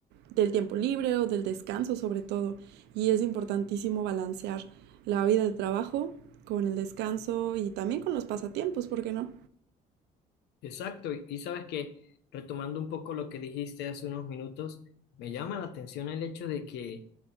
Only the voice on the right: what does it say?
del tiempo libre o del descanso sobre todo. Y es importantísimo balancear la vida de trabajo con el descanso y también con los pasatiempos, ¿por qué no?